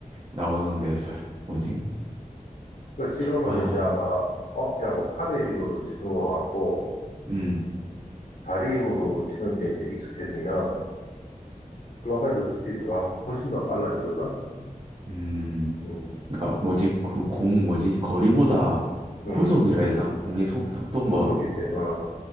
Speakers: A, on the right; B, on the left.
A: 나오는데 잘 뭐지
B: 그러니까 지금은
A: 아
B: 이제 아마 어깨하고 팔의 힘으로 치는 것 같고,
A: 음
B: 다리 힘으로 치는 게 이제 익숙해지면 클럽헤드 스피드가 훨씬 더 빨라지거든.
A: 음
B: 음,
A: 그니까 뭐지 그 공 뭐지 거리보다
B: 음,
A: 구속이라 해야 되나 공의 속 속도
B: 구속이지.
A: 뭐
B: 어,